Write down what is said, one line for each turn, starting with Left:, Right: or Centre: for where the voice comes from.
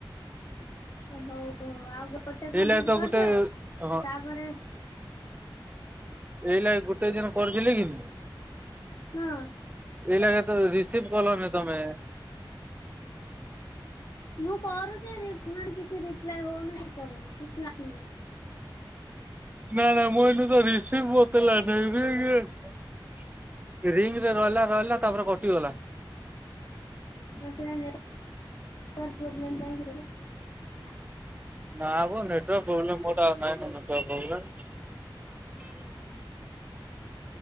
Left: ଓ ହଉ ହଉ ଆଉ ଗୋ ଗୋଟେ
Right: ଏଇଲା
Left: କମ୍ପ୍ଲିଟ
Right: ତ
Left: କରିଦିଅ
Right: ଗୋଟେ ହଁ
Left: ତାପରେ
Right: ଏଇଲେ ଗୋଟେ ଦିନ କରୁଥିଲି କିନ୍
Left: ହଁ।
Right: ଏଇ ଲାଗେ ତ ରିସିଭ କଲନି ତମେ।
Left: ମୁଁ କରୁଛି ରିପ୍ ମାନେ କିଛି ରିପ୍ଲାଏ ହଉନି କିଛି କରୁନି କିଛି ଆସୁନାଇଁ
Right: ନାଇଁ ନାଇଁ ମୁଁ ଏଇନୁ ତ ରିସିଭ୍ <unintelligible> ରିଙ୍ଗରେ ରହିଲା ରହିଲା ତାପରେ କଟିଗଲା।
Left: ହଁ ସେଇଟା ନେଟୱାର୍କ ପ୍ରୋବଲେମ୍ ପାଇଁ <unintelligible>
Right: ନା ମ ନେଟୱାର୍କ୍ ପ୍ରୋବ୍ଲେମ୍ ମୋର ଟା ନାଇଁ ତ ନେଟୱାର୍କ୍ ପ୍ରୋବ୍ଲେମ୍।